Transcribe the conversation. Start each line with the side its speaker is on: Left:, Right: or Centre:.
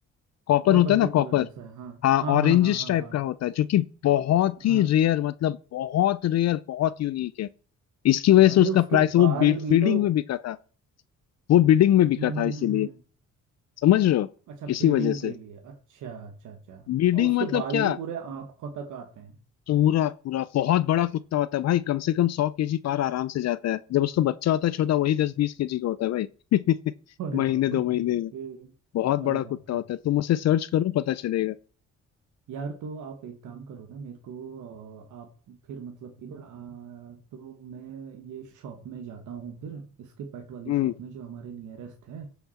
Left: कॉपर
Right: कॉपर
Left: होता है
Right: के
Left: ना
Right: कलर
Left: कॉपर
Right: जैसा है हाँ
Left: हाँ
Right: हाँ
Left: ऑरेंजिश
Right: हाँ हाँ हाँ
Left: टाइप
Right: हाँ
Left: का होता है जो कि बहुत ही
Right: हाँ
Left: रेयर मतलब बहुत रेयर बहुत यूनिक है इसकी वजह से
Right: अरे
Left: उसका
Right: उसके
Left: प्राइस वो
Right: बाल
Left: बिड,
Right: भी
Left: बिडिंग
Right: तो
Left: में बिका था वो बिडिंग में बिका
Right: हम्म
Left: था
Right: हम्म
Left: इसीलिए
Right: हम्म हम्म।
Left: समझ रहे हो
Right: अच्छा ब्रीडिंग
Left: इसी वजह
Right: के
Left: से
Right: लिए अच्छा अच्छा अच्छा
Left: बिडिंग
Right: और उसके
Left: मतलब
Right: बाल
Left: क्या
Right: भी पूरे आंखों तक आते हैं
Left: पूरा पूरा बहुत बड़ा कुत्ता होता है भाई कम से कम सौ केजी पार आराम से जाता है जब उसका बच्चा होता है छोटा वही दस बीस केजी का होता है भाई <laughs>
Right: अरे
Left: महीने
Right: बाप
Left: दो
Right: रे
Left: महीने में
Right: ये-
Left: बहुत
Right: अरे
Left: बड़ा
Right: बाप
Left: कुत्ता
Right: रे
Left: होता है तुम उसे सर्च करो पता चलेगा
Right: यार तो आप एक काम करो ना मेरे को अ, आप फिर मतलब कि ना अ, तो मैं ये शॉप में जाता हूँ फिर इसके पेट वाली
Left: हम्म
Right: शॉप में जो हमारे नियरेस्ट है